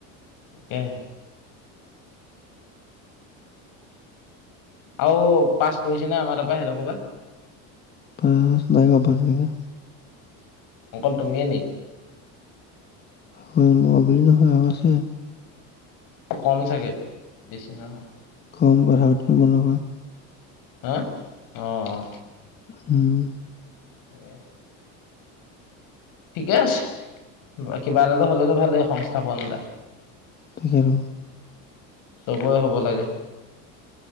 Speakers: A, on the left; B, on the left.
A: তাকেহে। আৰু পাছ কৰিছে নে আমাৰ তাৰ পৰা সেইডোখৰ পৰা?
B: পাছ নাই কৰা, পাছ নাই কৰা।
A: অকল তুমিয়ে নি?
B: অকল মই বুলি নহয় আৰু আছে।
A: কম চাগে বেছি নহয়।
B: কম <unintelligible> নহয়।
A: হা? অঁ, অঁ।
B: উম।
A: তাকে। ঠিকে আছে, কিবা এটাতো হ'লেতো ভালে সংস্থাপন এটা।
B: তাকে ক।
A: চবৰে হ'ব লাগে।